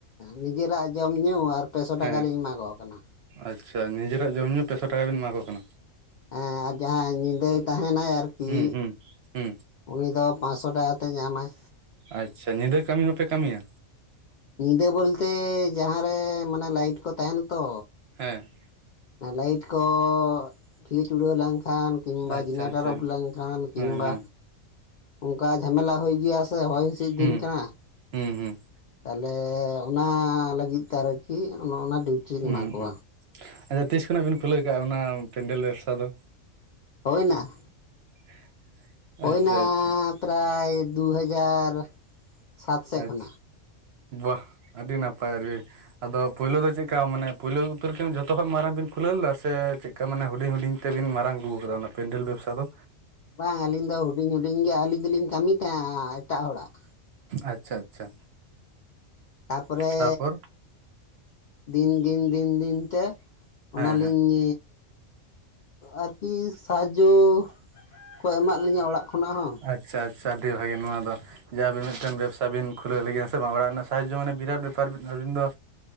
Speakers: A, on the left; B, on the right.
A: ᱱᱤᱡᱮᱨᱟᱜ ᱡᱚᱢ ᱧᱩ ᱟᱨ ᱯᱮ ᱥᱚ ᱴᱟᱠᱟᱞᱤᱧ
B: ᱦᱮᱸ
A: ᱮᱢᱟ ᱠᱚ ᱠᱟᱱᱟ᱾
B: ᱟᱪᱪᱷᱟ ᱱᱤᱡᱮᱨᱟᱜ ᱡᱚᱢᱼᱧᱩ ᱯᱮᱥᱚ ᱴᱟᱠᱟ ᱵᱮᱱ ᱮᱢᱟ ᱠᱚ ᱠᱟᱱᱟ᱾
A: ᱮ ᱡᱟᱦᱟᱸᱭ ᱧᱤᱫᱟ. ᱭ ᱛᱟᱦᱮᱱᱟᱭ ᱟᱨ ᱠᱤ
B: ᱦᱩᱸ ᱦᱩᱸ ᱦᱩᱸ
A: ᱩᱱᱤ ᱫᱚ ᱯᱟᱸᱥᱥᱚ ᱴᱟᱠᱟ ᱠᱟᱛᱮᱭ ᱧᱟᱢᱟᱭ᱾
B: ᱟᱪᱪᱷᱟ ᱧᱤᱫᱟᱹ ᱠᱟᱹᱢᱤ ᱦᱚᱸᱯᱮ ᱠᱟᱹᱢᱤᱭᱟ?
A: ᱧᱤᱫᱟᱹ ᱵᱚᱞᱛᱮ ᱡᱟᱦᱟᱸ ᱨᱮ ᱢᱟᱱᱮ ᱞᱟᱭᱤᱴ ᱠᱚ ᱛᱟᱦᱮᱱᱟ ᱛᱚ᱾
B: ᱦᱮᱸ
A: ᱞᱟᱤᱴ ᱠᱚ ᱯᱷᱤᱩᱪ ᱩᱬᱟᱹᱣ ᱞᱮᱱ ᱠᱷᱟᱱ ᱠᱤᱢᱵᱟ
B: ᱟᱪᱪᱷᱟ
A: ᱡᱤᱱᱟᱴᱟᱨ
B: ᱟᱪᱪᱷᱟ
A: ᱚᱯ ᱞᱮᱱᱠᱷᱟᱱ, ᱠᱤᱢᱵᱟ
B: ᱦᱮᱸ ᱦᱮᱸ
A: ᱚᱱᱠᱟ ᱡᱷᱟᱢᱮᱞᱟ ᱦᱳᱭ ᱜᱮᱭᱟ ᱥᱮ ᱦᱚᱭ ᱪᱮᱫ ᱫᱤᱱ
B: ᱦᱩᱸ
A: ᱠᱟᱱᱟ?
B: ᱦᱩᱸ ᱦᱩᱸ
A: ᱛᱟᱦᱚᱞᱮ ᱚᱱᱟ ᱞᱟᱹᱜᱤᱫ ᱛᱮ ᱟᱨᱚ ᱠᱤ ᱚᱱᱟ ᱚᱱᱟ ᱰᱤᱩᱴᱤ ᱞᱤᱧ
B: ᱩᱸ
A: ᱮᱢᱟ ᱠᱚᱣᱟ
B: ᱩᱸ ᱟᱫᱚ ᱛᱤᱥ ᱠᱷᱚᱱᱟᱜ ᱵᱤᱱ ᱠᱷᱩᱞᱟᱹᱣ ᱠᱟᱜᱼᱟ ᱚᱱᱟ ᱯᱮᱱᱰᱮᱞ ᱵᱮᱵᱽᱥᱟ ᱫᱚ?
A: ᱦᱳᱭ ᱱᱟ
B: <inaudible>
A: ᱦᱩᱭᱱᱟ
B: ᱟᱪᱪᱷᱟ
A: ᱯᱨᱟᱭ ᱫᱩ ᱦᱟᱡᱟᱨ᱾ ᱥᱟᱛ ᱥᱮᱫ
B: ᱟᱪᱪᱷᱟ
A: ᱠᱷᱚᱱᱟᱜ
B: ᱵᱟᱦ ᱟᱹᱰᱤ ᱱᱟᱯᱟᱭ ᱨᱮ ᱟᱫᱚ ᱯᱳᱭᱞᱳ ᱫᱚ ᱪᱮᱫᱠᱟ ᱢᱟᱱᱮ ᱯᱳᱭᱞᱳ ᱩᱛᱟᱹᱨ <unintelligible> ᱡᱚᱛᱚᱠᱷᱚᱡ ᱢᱟᱨᱟᱝ ᱵᱤᱱ ᱯᱷᱩᱞᱟᱹᱣ ᱞᱮᱫᱟ ᱥᱮ ᱪᱮ ᱚᱱᱠᱟ ᱢᱟᱱᱮ ᱦᱩᱰᱤᱧ ᱦᱩᱰᱤᱧ ᱛᱮᱵᱤᱱ ᱢᱟᱨᱟᱝ ᱟᱹᱜᱩ ᱠᱟᱫᱟ ᱚᱱᱟ ᱯᱮᱱᱰᱮᱞ ᱵᱮᱵᱥᱟ ᱫᱚ
A: ᱵᱟᱝ ᱟᱹᱞᱤᱧ ᱫᱚ ᱦᱩᱰᱤᱧ ᱦᱩᱰᱤᱧ ᱜᱮ ᱟᱹᱞᱤᱧ ᱫᱚᱞᱤᱧ ᱠᱟᱹᱢᱤ ᱛᱟᱦᱮᱸᱜ ᱟ ᱮᱴᱟᱜ ᱦᱚᱲᱟᱜ᱾
B: ᱟᱪᱪᱷᱟ ᱟᱪᱪᱷᱟ᱾
A: ᱛᱟᱨᱯᱚᱨᱮ
B: ᱛᱟᱨᱯᱚᱨ
A: ᱫᱤᱱ ᱫᱤᱱ ᱫᱤᱱ ᱫᱤᱱ ᱛᱮ ᱚᱱᱟᱞᱤᱧᱻ
B: ᱦᱮᱸ ᱦᱮᱸ
A: ᱟᱨᱠᱤ ᱥᱟᱦᱟᱡᱽᱡᱚ ᱠᱚ ᱮᱢᱟᱜ ᱞᱤᱧᱟᱹ ᱚᱲᱟᱜ ᱠᱷᱚᱱᱟᱜ ᱦᱚᱸ
B: ᱟᱪᱪᱷᱟ ᱟᱪᱪᱷᱟ ᱟᱹᱰᱤ ᱵᱷᱟᱹᱜᱤ ᱱᱚᱣᱟ ᱫᱚ ᱡᱮ ᱟᱹᱵᱤᱱ ᱢᱤᱫᱴᱮᱱ ᱵᱮᱵᱽᱥᱟ ᱵᱤᱱ ᱠᱷᱩᱞᱟᱹᱣ ᱞᱟᱹᱜᱤᱫ ᱥᱮ ᱵᱟᱝ ᱚᱲᱟᱜ ᱨᱮᱱᱟᱜ ᱥᱟᱦᱟᱡᱚ ᱢᱟᱱᱮ ᱵᱤᱨᱟᱴ ᱵᱮᱯᱟᱨ ᱟᱹᱵᱤᱱ ᱫᱚ